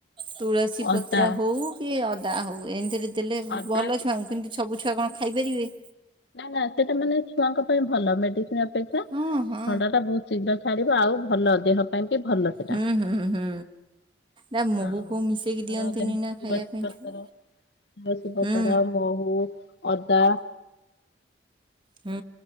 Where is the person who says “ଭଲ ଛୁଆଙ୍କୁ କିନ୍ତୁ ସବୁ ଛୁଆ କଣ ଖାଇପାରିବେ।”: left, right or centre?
Right